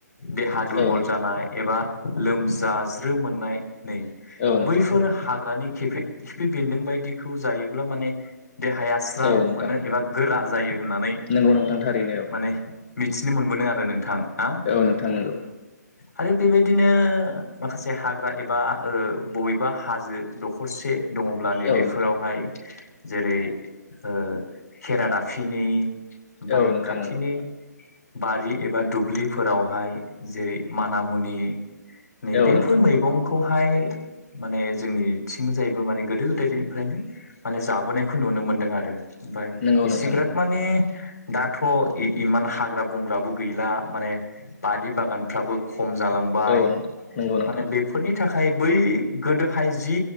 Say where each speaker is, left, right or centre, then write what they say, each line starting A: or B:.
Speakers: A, on the left; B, on the left.
A: देहा दुरबल
B: औ नोंथां
A: जानाय एबा लोमजानाय लोमज्राज्रो मोननाय नै
B: औ
A: बैफोर
B: नोंथां
A: हाग्रानि खिफि खिफि बेन्दों बायदिखौ जायोब्ला माने देहाया स्रां
B: औ नोंथां
A: मोनो एबा गोरा जायो होननानै
B: नंगौ नोंथां थारैनो औ
A: माने मिथिनो मोनबोदों आरो नोंथां ना
B: औ नोंथां नंगौ
A: आरो बेबायदिनो माखासे हाग्रा एबा ओ बबेबा हाजो दखरसे दङब्ला नैबेफोरावहाय
B: औ नोंथां
A: जेरै ओ खेरादाफिनि ओमफ्राय
B: औ नोंथां
A: खाथिनि
B: नंगौ
A: बारि एबा दुब्लिफोरावहाय जेरै माना मुनि नै
B: औ
A: बेफोर
B: नोंथां
A: मैगंखौहाय माने जोंनिथिंजायबो माने गोदो गोदायनिफ्रायनो माने जा बोनायखौ नुनो मोन्दों आरो ओमफफ्राय
B: नंगौ
A: एसेग्राब
B: नोंथां नंगौ
A: माने दाथ' इमान हाग्रा बंग्राबो गैला माने बारि बागानफ्राबो ख खम जालांबाय
B: औ नोंथां नंगौ नोंथां
A: माने बेफोरनि थाखाय बै गोदोहाय जि